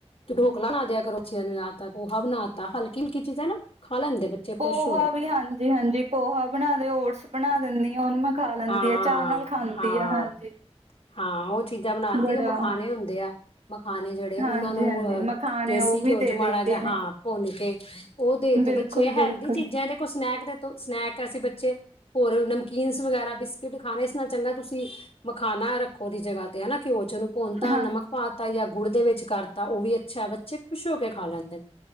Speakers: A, on the left; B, on the right.
A: ਤੇ ਢੋਕਲਾ ਬਣਾ ਦਿਆ ਕਰੋ ਬੱਚਿਆ ਨੂੰ ਜਾਦਾਤਰ ਪੋਹਾ ਬਣਾ ਤਤਾ ਹਲਕੀ-ਹਲਕੀ ਚੀਜ਼ਾਂ ਲੈਦੇ ਖਾ ਲੈਂਦੇ।
B: ਪੋਹਾ
A: ਖੁਸ਼ ਹੋ ਕੇ
B: ਵੀ ਹਾਂਜੀ-ਹਾਂਜੀ ਪੋਹਾ ਬਣਾ ਦੇ ਓਟਸ ਬਣਾ ਦਿੰਦੀ ਆ, ਉਹਨੂੰ ਮੈਂ ਖਾ ਲੈਂਦੀ
A: ਹਾਂ
B: ਆ। ਚਾਹ ਨਾਲ ਖਾਂਦੀ
A: ਹਾਂ
B: ਆ ਹਾਂਜੀ।
A: ਹਾਂ ਉਹ ਚੀਜ਼ਾਂ ਬਣਾਤੀ
B: ਬੜਾ
A: ਉਹ ਮਖਾਣੇ ਹੁੰਦੇ ਆ ਮਖਾਣੇ ਨੇ ਜਿਹੜੇ ਉਹਨਾਂ
B: ਹਾਂਜੀ
A: ਨੂੰ
B: ਹਾਂਜੀ
A: ਅਹ
B: ਮਖਾਣੇ
A: ਦੇਸੀ
B: ਉਹ ਵੀ
A: ਘਿਓ
B: ਦੇ
A: ਚ
B: ਦਈਦੇ
A: ਮਾੜਾ ਜਾਂ ਹਾਂ
B: ਨੇ
A: ਭੁੰਨ ਕੇ ਉਹ ਦੇ ਤੇ
B: ਬਿਲਕੁਲ
A: ਬੱਚੇ ਹੈਲਦੀ
B: ਬਿਲਕੁਲ
A: ਚੀਜ਼ਾਂ ਦੇਖੋਂ ਸਨੈਕ ਦੇ ਤੇ ਸਨੈਕ ਅਸੀਂ ਬੱਚੇ ਹੋਰ ਨਮਕੀਨਸ ਵਗੈਰਾ ਬਿਸਕਿਟ ਖਾਣੇ ਇਸ ਨਾਲੋ ਚੰਗਾ ਤੁਸੀਂ ਮਖਾਣਾ ਰੱਖੋ ਉਹਦੀ ਜਗ੍ਹਾ ਤੇ ਹਨਾ ਘਿਓ ਉਹਨੂੰ ਭੁੰਨਤਾ
B: ਹਾਂ
A: ਨਮਕ ਪਾ ਤਾ ਜਾਂ ਗੁੜ ਦੇ ਵਿੱਚ ਕਰਤਾ ਉਹ ਵੀ ਅੱਛਾ ਬੱਚੇ ਖੁਸ਼ ਹੋ ਕੇ ਖਾ ਲੈਂਦੇ ਨੇ